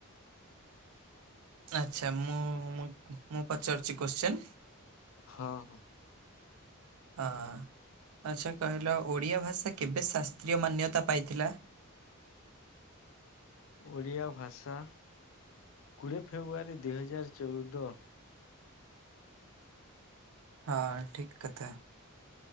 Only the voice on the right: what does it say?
ଆଚ୍ଛା ମୁଁ ମୁଁ ମୁଁ ପଚାରୁଛି କୋଶ୍ଚିନ।
ହଁ ଆଚ୍ଛା କହିଲ ଓଡ଼ିଆ ଭାଷା କେବେ ଶାସ୍ତ୍ରୀୟ ମାନ୍ୟତା ପାଇଥିଲା?
ହଁ ଠିକ କଥା।